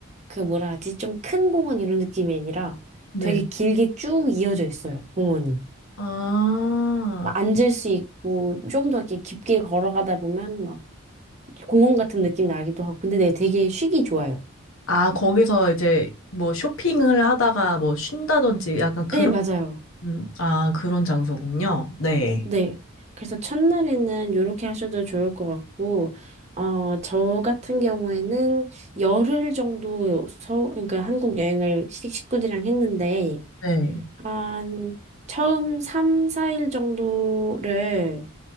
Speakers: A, on the right; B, on the left.
A: 그 뭐라 하지? 좀 큰 공원 이런 느낌이 아니라
B: 네.
A: 되게 길게 쭉 이어져 있어요, 공원이.
B: 아,
A: 막 앉을 수 있고 좀 더 이렇게 깊게 걸어가다 보면 막 공원 같은 느낌 나기도 하고. 근데 네, 되게 쉬기 좋아요.
B: 아, 거기서 이제 뭐 쇼핑을 하다가 뭐 쉰다든지 약간 그런,
A: 네, 맞아요.
B: 음, 아, 그런 장소군요. 네.
A: 네. 그래서 첫날에는 이렇게 하셔도 좋을 것 같고, 어, 저 같은 경우에는 열흘 정도 서, 그러니까 한국 여행을 시- 식구들이랑 했는데,
B: 네.
A: 한 처음 3, 4일 정도를